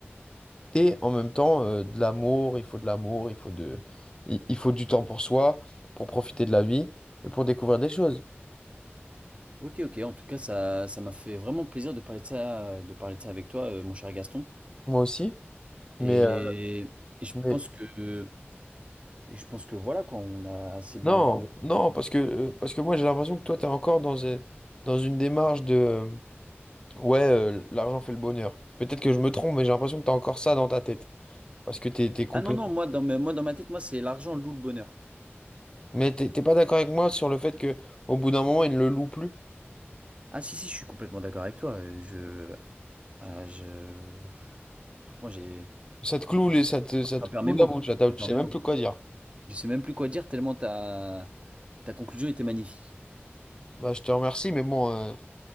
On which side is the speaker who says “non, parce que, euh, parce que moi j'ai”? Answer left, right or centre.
Left